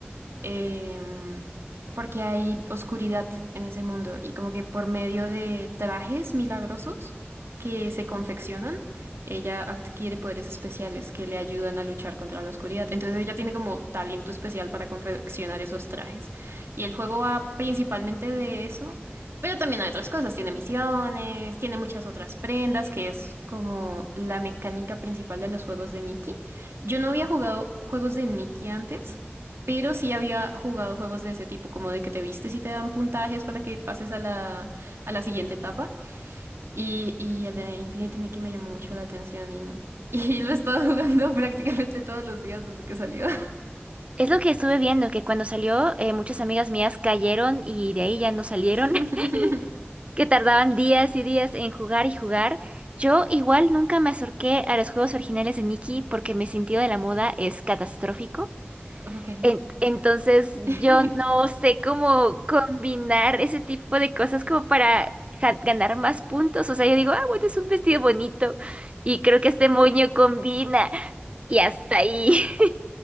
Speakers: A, on the right (about 80°); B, on the right (about 30°).
A: em, porque hay oscuridad en ese mundo y como que por medio de trajes milagrosos que se confeccionan, ella adquiere poderes especiales que le ayudan a luchar contra la oscuridad. Entonces ella tiene como talento especial para confeccionar esos trajes. Y el juego va principalmente de eso, pero también hay otras cosas. Tiene misiones, tiene muchas otras prendas, que es como la mecánica principal de los juegos de Nikki. Yo no había jugado juegos de Nikki antes. Pero sí había jugado juegos de ese tipo, como de que te vistes y te dan puntajes para que pases a la, a la siguiente etapa. Y, y el de Infinity Nikki me llamó mucho la atención y, <laughs> y lo he estado jugando <laughs> prácticamente todos los días desde que salió.
B: Es lo que estuve viendo, que cuando salió eh, muchas amigas mías cayeron y de ahí ya no salieron,
A: <laughs>
B: <laughs> que tardaban días y días en jugar y jugar. Yo igual nunca me acerqué a los juegos originales de Nikki porque mi sentido de la moda es catastrófico.
A: Ok.
B: En- entonces
A: <laughs>
B: yo no sé cómo combinar ese tipo de cosas como para ja- ganar más puntos. O sea, yo digo, ah, bueno, es un vestido bonito y creo que este moño combina y hasta ahí. <laughs>